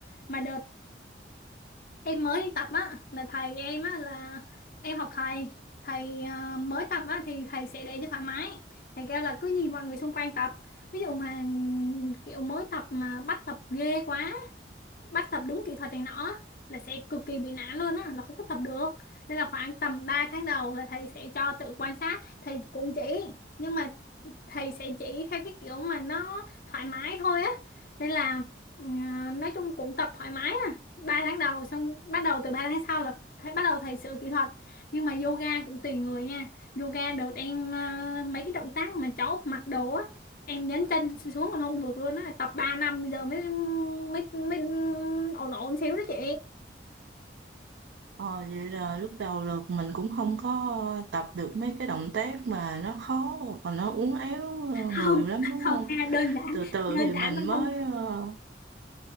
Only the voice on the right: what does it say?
Ờ, vậy là lúc đầu là mình cũng không có tập được mấy cái động tác mà nó khó hoặc là nó uốn éo ờ, người
lắm đúng
không?
từ từ
thì
mình
mới
ờ,